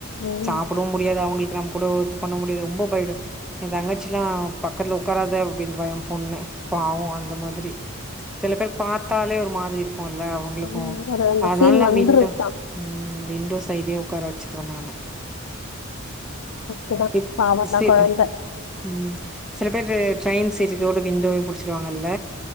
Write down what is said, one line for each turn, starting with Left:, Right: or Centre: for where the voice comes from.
Left: ம்
Centre: சாப்டவு முடியாது அவுங்களுக்கு நம் கூடொ இது பண்ண முடியாது ரொம்ப பயப்படு எந் தங்கச்சிலா பக்கத்ல உக்காராத அப்டின்ருவா எம் பொண்ண பாவோ அந்த மாதிரி சி சில பேர் பாத்தாலே ஒரு மாதிரி இருக் குல்ல அவுங்ளுக்கு
Left: ம், ஒரு அந்த
Centre: அதனால
Left: ஃபீல்
Centre: நா
Left: வந்துரும்
Centre: விண்டோ
Left: தான்
Centre: ம் விண்டோஸ் சைடே உக்கார வெச்சிருவ நானு
Left: கரெக்ட் தான்
Centre: இப்
Left: பாவம்
Centre: சி
Left: தான் குழந்தை
Centre: ம் சில பேரு ட்ரெயின் சீட்டுக்கோட விண்டோவே புடிச்சிருவாங்கல்ல